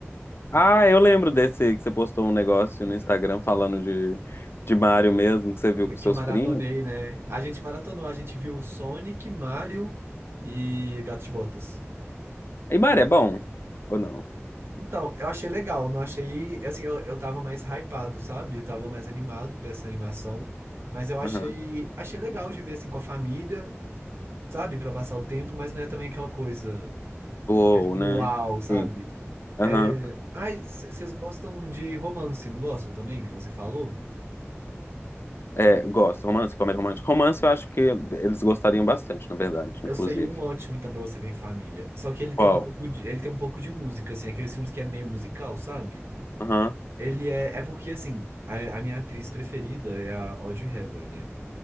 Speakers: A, on the left; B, on the right.
A: Ah, eu lembro desse que você postou um negócio no Instagram falando de, de Mario mesmo, que você viu com seus
B: que eu maratonei,
A: primos.
B: né? A gente maratonou, a gente viu Sonic, Mario e Gato de Botas.
A: E Mario é bom? Ou não?
B: Então, eu achei legal, não achei. Assim, eu, eu tava mais hypado, sabe? Eu tava mais animado pra essa animação. Mas eu achei,
A: Aham.
B: achei legal de ver assim com a família, sabe? Pra passar o tempo, mas não é também aquela coisa
A: Ou, né?
B: uau, sabe?
A: Sim. Aham.
B: É... Ai, c- vocês gostam de romance, não gostam também, que você falou?
A: É, gosto. Romance, comédia romântica. Romance eu acho que eles gostariam bastante, na verdade,
B: Eu
A: inclusive.
B: sei um ótimo, então, pra você ver em família. Só que ele tem
A: Qual?
B: um pouco de, ele tem um pouco de música, assim, aqueles filmes que é meio musical, sabe?
A: Aham.
B: Ele é, é porque, assim, a, a minha atriz preferida é a Audrey Hepburn, né?